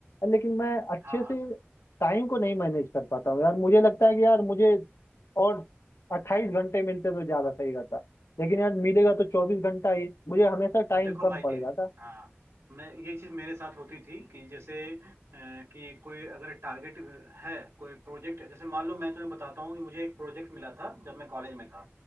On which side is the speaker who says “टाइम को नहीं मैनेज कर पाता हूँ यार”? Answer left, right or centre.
Left